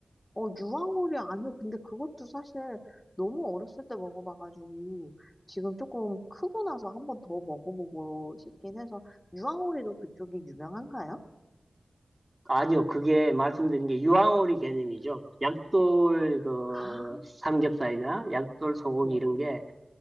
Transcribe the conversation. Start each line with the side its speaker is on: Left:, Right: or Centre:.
Left: 어, 유황오리 아니요. 근데 그것도 사실 너무 어렸을 때 먹어봐가지고 지금 조금 크고 나서 한번 더 먹어보고 싶긴 해서 유황오리도 그쪽이 유명한가요?
Right: 아니요, 그게 말씀드린 게 유황오리 개념이죠. 약돌 그
Left: 아,
Right: 삼겹살이나 약돌 소고기
Left: 네.
Right: 이런 게